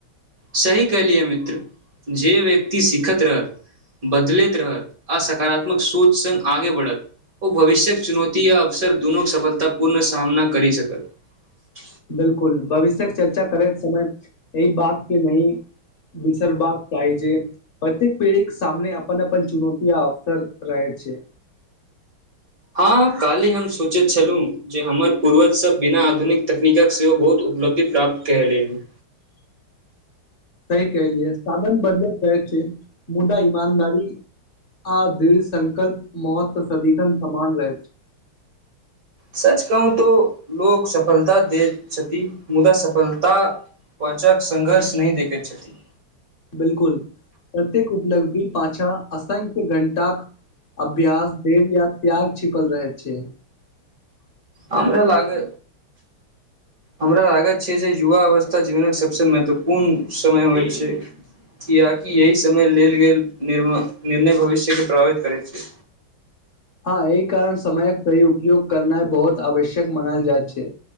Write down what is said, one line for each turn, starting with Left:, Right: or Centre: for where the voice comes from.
Right: सही कहलियै मित्र जे व्यक्ति सिखैत रहै बदलैत रहत अआसकारात्मक सोच संग आगे बढ़त ओ भविष्यक चुनौती या अवसर दुनू सफलता पूर्ण सामना करि सकत
Left: बिलकुल भविष्यक चर्चा करैत समय अय बात के नहि विसर बाप कहि जे प्रत्येक पीढ़ीक सामने अपन अपन चुनौती अवसर रहै छै
Right: हँ काल्हि हम सोचैत छलहुँ जे हमर पूर्वजसभ बिना आधुनिक तकनीकक सेहो बहुत उपलब्धि प्राप्त कय लेब
Left: <inaudible> सही कलियै साधन बदलैत रहै छै मुदा ईमानदारी आ दृढ़ संकल्प मौत सदिखन समान रहै छै
Right: सच कहू तो लोग सफलता दे छथि मुदा सफलता पाछाक संघर्ष नै देखे छथि
Left: बिलकुल प्रत्येक उपलब्धि पाछा असंख्य घण्टा अभ्यास देर या त्याग छिपल रह छै
Right: हमरा लागै हमरा लागत छै जे युवा अवस्था जीवनक सभसँ महत्वपूर्ण समय होइ छै कियाकी यही समय लेल गेल निर्णय भविष्यके प्रभावित करैत छै
Left: <unintelligible> हँ अहीं कारण समयक सही उपयोग करनाय बहुत आवश्यक मनायल जाइत छै